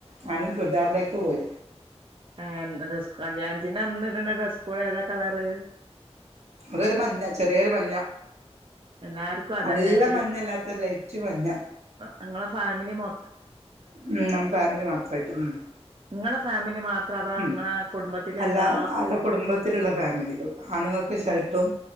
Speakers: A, on the right; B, on the right.
A: ഞാൻ ചുരിദാറിലേക്ക് പോയി
B: എ ന്താ ഡ്രസ് കല്യാണത്തിന്റെ അന്ന് ഇട്ണ ഡ്രസ്സ് കോഡ് ഏതാ കളറ്
A: അതൊരു മഞ്ഞ ചെറിയൊരു മഞ്ഞ
B: എല്ലാർക്കും അതന്നെയായിട്ട്
A: നല്ല മഞ്ഞല്ലാത്തൊരു ലൈറ്റ് മഞ്ഞ
B: നിങ്ങളെ ഫാമിലി മൊ
A: ഉം നമ്മ ഫാമിലി മാത്രായിട്ട് ഉം
B: ഇങ്ങളെ ഫാമിലി മാത്രം അതാ
A: ഉം
B: ഇങ്ങളെ കുടുംബത്തിലെ
A: അല്ല
B: എല്ലാ
A: അല്ല കുടുംബത്തിലുള്ള ഫാമിലികൾ ആണുങ്ങൾക്ക് ഷർട്ടും